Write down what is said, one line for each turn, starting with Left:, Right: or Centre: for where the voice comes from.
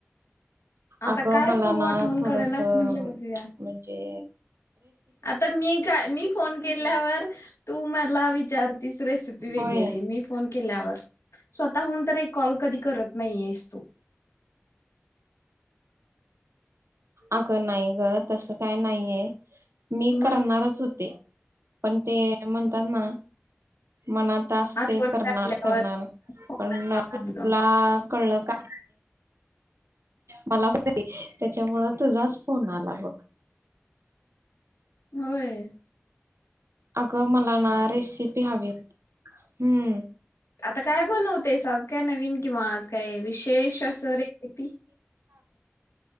Left: आता
Right: अगं
Left: काय
Right: मला
Left: तू
Right: ना
Left: आठवण
Right: थोडस
Left: काढनास म्हटलं बघूया
Right: म्हजे
Left: आता मी काय मी फोन केल्यावर तू मला विचारतीस रेसिपी वगैरे
Right: होय
Left: मी फोन केलावर स्वतःहून तर एक कॉल कधी करत नायेस तू
Right: अगं नाही ग तसं काय नाहीये. मी
Left: मग
Right: करणारच होते. पण ते म्हणतात ना मनात असते
Left: आठवण
Right: करणार
Left: काढल्यावर
Right: करणार
Left: फुटलं
Right: पण आता तुला कळलं का मला पण <unintelligible> त्याच्यामुंळ तुझाच फोन आला बघ.
Left: होय.
Right: अगं मल ला ना रेसिपी हवी होती. हूं
Left: आता काय बनवतेस आज काय नवीन किंवा आज काय विशेष अस रेसिपी